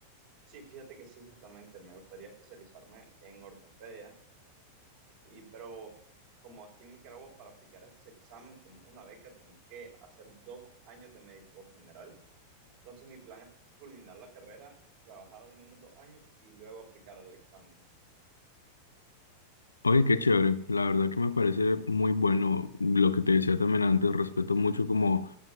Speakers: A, on the right; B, on the left.
A: Sí, fíjate que sí, justamente me gustaría especializarme en ortopedia, y pero como aquí en Nicaragua para aplicar ese examen como una beca tenés que hacer dos años de médico general Entonces mi plan es culminar la carrera, trabajar al menos dos años y luego aplicar al examen.
B: Oye, qué chévere, la verdad que me parece muy bueno lo que te decía también antes, respeto mucho como,